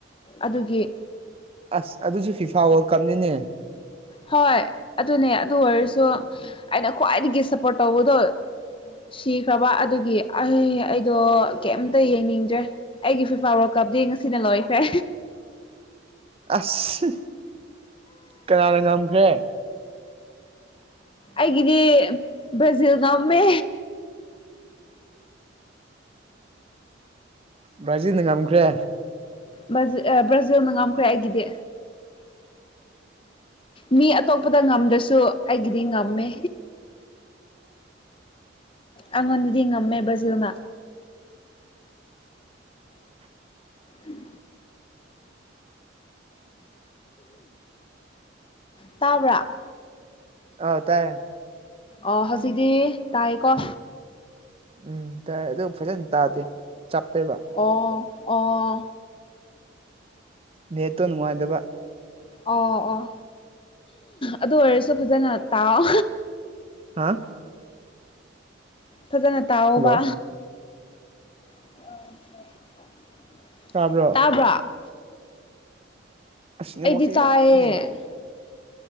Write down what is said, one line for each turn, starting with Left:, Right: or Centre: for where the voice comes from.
Left: ꯑꯗꯨꯒꯤ
Right: ꯑꯁ ꯑꯗꯨꯁꯨ ꯐꯤꯐꯥ ꯋꯥꯜ ꯀꯞꯅꯤꯅꯦ
Left: ꯍꯣꯏ ꯑꯗꯨꯅꯦ ꯑꯗꯨ ꯑꯣꯏꯔꯁꯨ ꯑꯩꯅ ꯈ꯭ꯋꯥꯏꯗꯒꯤ ꯁꯞꯄꯣꯔꯠ ꯇꯧꯕꯗꯣ ꯁꯤꯈ꯭ꯔꯕ ꯑꯗꯨꯒꯤ ꯑꯩ ꯑꯩꯗꯣ ꯀꯩꯝꯇ ꯌꯦꯡꯅꯤꯡꯗ꯭ꯔꯦ ꯑꯩꯒꯤ ꯐꯤꯐꯥ ꯀꯞꯗꯤ ꯉꯁꯤꯅ ꯂꯣꯏꯈ꯭ꯔꯦ
Right: ꯑꯁ ꯀꯅꯥꯅ ꯉꯝꯈ꯭ꯔꯦ
Left: ꯑꯩꯒꯤꯗꯤ ꯕ꯭ꯔꯥꯖꯤꯜ ꯉꯝꯃꯦ
Right: ꯕ꯭ꯥꯔꯖꯤꯜꯅ ꯉꯝꯈ꯭ꯔꯦ
Left: ꯕ꯭ꯔꯥꯖꯤꯜ ꯕ꯭ꯔꯥꯖꯤꯜꯅ ꯉꯝꯈ꯭ꯔꯦ ꯑꯩꯒꯤꯗꯤ
Right: <inaudible>
Left: ꯃꯤ ꯑꯇꯣꯞꯄꯗ ꯉꯝꯗ꯭ꯔꯁꯨ ꯑꯩꯒꯤꯗꯤ ꯉꯝꯃꯦ ꯑꯩꯉꯣꯟꯗꯗꯤ ꯉꯝꯃꯦ ꯕ꯭ꯔꯓꯤꯜꯅ ꯍꯨꯝ ꯇꯥꯕ꯭ꯔꯥ
Right: ꯑ ꯇꯥꯏꯌꯦ
Left: ꯑ ꯍꯧꯖꯤꯛꯗꯤ ꯇꯥꯏꯌꯦꯀꯣ
Right: ꯎꯝ ꯇꯥꯏꯌꯦ ꯑꯗꯨꯕꯨ ꯐꯖꯅ ꯇꯥꯗꯦ ꯆꯞꯄꯒ
Left: ꯑꯥ ꯑꯥ
Right: ꯅꯦꯠꯇꯣ ꯅꯨꯡꯉꯥꯏꯇꯕ
Left: ꯑꯣ ꯑꯣ ꯑꯗꯨ ꯑꯣꯏꯔꯁꯨ ꯐꯖꯅ ꯇꯥꯋꯣ
Right: ꯍꯥ
Left: ꯐꯖꯅ ꯇꯥꯎꯑꯣꯕ
Right: ꯍꯜꯂꯣ
Left: ꯑꯣ
Right: ꯇꯥꯕ꯭ꯔꯣ
Left: <unintelligible>
Right: ꯑꯁ ꯅꯦꯠꯋꯥꯛꯁꯦ
Left: ꯑꯩꯗꯤ ꯇꯥꯏꯌꯦ
Right: ꯌꯥꯝ ꯅꯨꯡꯉꯥꯏ